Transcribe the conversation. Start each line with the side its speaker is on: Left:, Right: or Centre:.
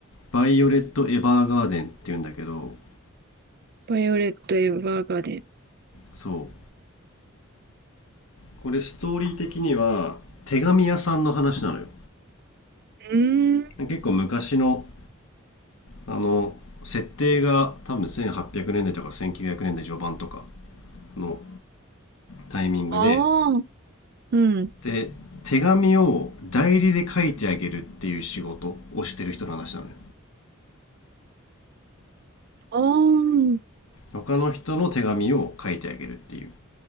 Left: 「バイオレット・エヴァーガーデン」っていうんだけど
Right: バイオレット・エヴァーガーデン。
Left: そうこれストーリー的には手紙屋さんの話なのよ
Right: うーん。
Left: 結構昔のあの設定が多分1800年代とか1900年代序盤とかのタイミングで
Right: ああ、うん。
Left: で手紙を代理で書いてあげるっていう仕事をしてる人の話なのよ
Right: ああ、
Left: 他の人の手紙を書いてあげるっていう